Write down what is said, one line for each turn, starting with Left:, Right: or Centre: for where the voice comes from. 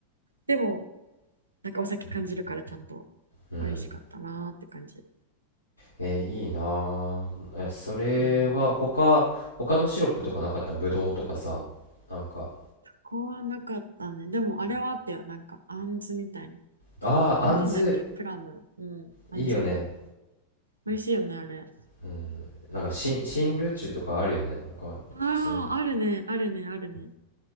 Right: でもなんかお酒感じるからちゃんと
Left: うん
Right: 美味しかったなーって感じ
Left: えーいいなあえそれは他他のシロップとかなかったぶどうとかさなんか
Right: うんそこはなかったね。でもあれはあったよ。なんか、あんずみたいな。
Left: ああーあんず
Right: なんて言うんだっけプラム。うん。あんず。
Left: いいよね
Right: 美味しいよね、あれ。
Left: うんなんか新新ルチュとかあるよね他そういうね
Right: ああ、あるね、あるね、あるね。